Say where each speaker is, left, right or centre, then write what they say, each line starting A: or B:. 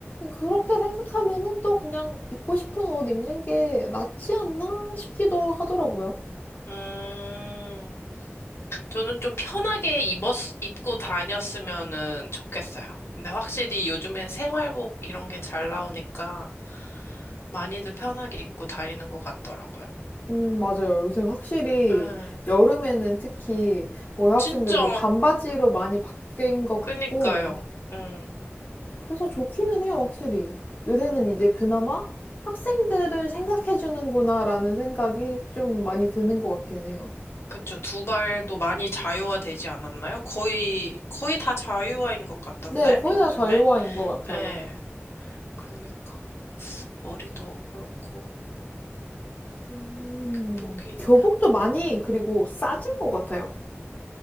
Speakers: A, on the left (about 35°); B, on the left (about 65°).
A: 그렇게 생각하면은 또 그냥 입고 싶은 옷 입는 게 낫지 않나 싶기도 하더라고요.
B: 음. 저는 좀 편하게 입었, 입고 다녔으면은 좋겠어요. 근데 확실히 요즘엔 생활복 이런 게 잘 나오니까 많이들 편하게 입고 다니는 것 같더라고요.
A: 음, 맞아요. 요새 확실히
B: 음,
A: 여름에는 특히 뭐 여학생들도
B: 진짜,
A: 반바지로 많이 바뀐 것 같고,
B: 그니까요. 음,
A: 그래서 좋기는 해요, 확실히. 요새는
B: 음.
A: 이제 그나마 학생들을 생각해주는구나라는 생각이 좀 많이 드는 것 같긴 해요.
B: 그쵸. 두발도 많이 자유화 되지 않았나요? 거의, 거의 다 자유화인 것 같던데,
A: 네, 거의
B: 요즘에.
A: 다 자유화인 것 같아요.
B: 예, 그니까. 머리도 그렇고,
A: 음,
B: 그 목이,
A: 교복도 많이, 그리고 싸진 것 같아요.